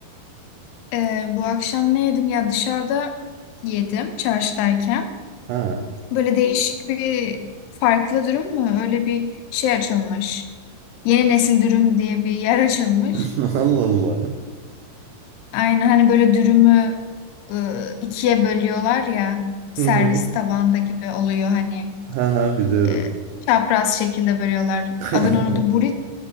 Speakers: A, on the left (about 85°); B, on the right (about 85°).
A: Ee, bu akşam ne yedim ya dışarıda yedim çarşıdayken.
B: Ha.
A: Böyle değişik bir farklı dürüm mü? Öyle bir şey açılmış. Yeni nesil dürüm diye bir yer <laughs> açılmış.
B: <laughs> Allah Allah.
A: Aynı hani böyle dürümü ıı, ikiye bölüyorlar ya servis
B: Hı hı.
A: tabağında gibi oluyor hani.
B: Ha ha biliyorum.
A: e, çapraz şekilde bölüyorlar.
B: <laughs>
A: Adını unuttum. Burit,